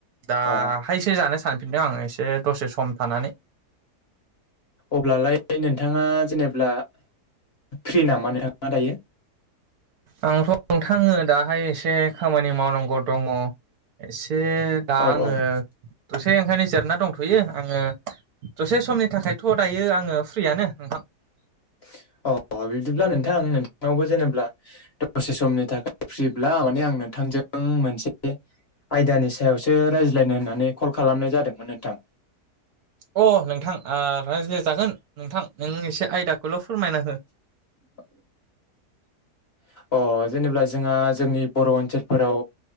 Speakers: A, on the right (about 65°); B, on the left (about 40°).
A: दाहायसो
B: अ
A: जानो सानफिनदों आं एसे दसे सम थानानै।
B: अब्लालाय नोंथाङा जेनेब्ला फ्रि नामा नोंथाङा दायो
A: आंथ' नोंथाङो दाहाय एसे खामानि मावनांगौ दङ ए से दा
B: औ
A: आङो
B: औ
A: दसे ओंखायनो जिरना दंथ'यो आङो दसे समनि थाखायथ' दायो आङो फ्रियानो नोंथां।
B: <inaudible> अ बिदिब्ला नोंथां नोंथांनावबो जेनेब्ला दसे समनि थाखाय फ्रिब्ला माने आं नों थांजों मोनसे आयदानि सायावसो रायज्लायनो होननानै कल खालामनाय जादोंमोन नोंथां।
A: अ नोंथां आ रायज्लाय जागोन नोंथां नों एसे आयदाखौल' फोरमायना हो।
B: <inaudible> अ जेनेब्ला जोंहा जोंनि बर' ओनसोलफोराव